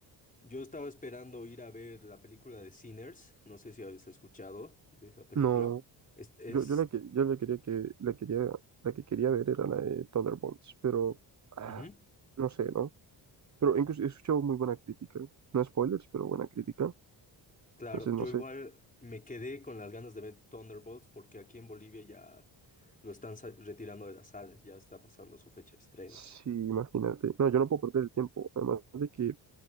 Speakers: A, on the left; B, on the right.
A: yo estaba esperando ir a ver la película de Sinners. No sé si habéis escuchado de esa película.
B: No,
A: Es, es...
B: yo, yo la que yo la quería que la quería la que quería ver era la de Thunderbolts, pero ah,
A: Ujú.
B: no sé, ¿no? Pero incluso he escuchado muy buena crítica. No spoilers, pero buena crítica.
A: Claro,
B: Entonces
A: yo
B: no sé
A: igual me quedé con las ganas de ver Thunderbolts porque aquí en Bolivia ya lo están sa- retirando de las salas, ya está pasando su fecha de estreno.
B: sí, imagínate. No, yo no puedo perder el tiempo. Además de que,